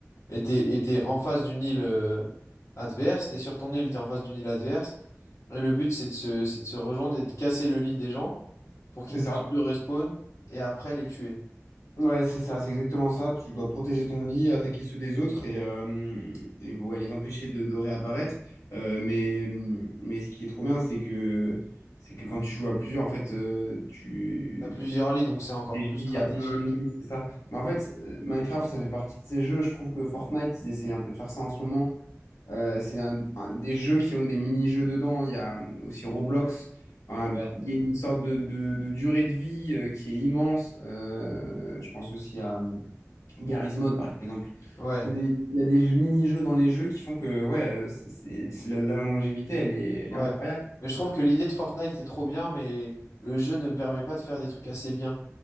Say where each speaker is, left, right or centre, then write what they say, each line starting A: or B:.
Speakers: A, on the left; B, on the left.
A: Et t'es, et t'es en face d'une île euh, adverse, t'es sur ton île, t'es en face d'une île adverse. Et le but, c'est de se, c'est de se rejoindre et de casser le lit des gens pour qu'ils
B: C'est
A: ne
B: ça.
A: puissent plus respawn et après les tuer.
B: Ouais, c'est ça, c'est exactement ça. Tu dois protéger ton lit, attaquer ceux des autres et, euh, et ouais, les empêcher de, de réapparaître. Euh, mais, mais ce qui est trop bien, c'est que, c'est que quand tu joues à plusieurs, en fait, euh, tu,
A: T'as plusieurs lits, donc c'est encore
B: stratégie,
A: plus stratégique.
B: il y a plein de nuits, c'est ça. Mais en fait, euh, Minecraft, ça fait partie de ces jeux. Je trouve que Fortnite, ils essayent un peu de faire ça en ce moment. Euh, c'est un, un- des jeux qui ont des mini-jeux dedans. Il y a euh, aussi Roblox. Enfin,
A: Ouais.
B: il y a une sorte de, de- de durée de vie euh, qui est immense. Euh, je pense aussi à euh, Garry's Mod, par exemple.
A: Ouais.
B: C'est des, il y a des jeux- mini-jeux dans les jeux qui font que ouais, euh, c'est, c'est- la, la longévité, elle est, elle
A: Ouais.
B: est incroyable.
A: Mais je trouve que l'idée de Fortnite est trop bien, mais le jeu ne permet pas de faire des trucs assez bien.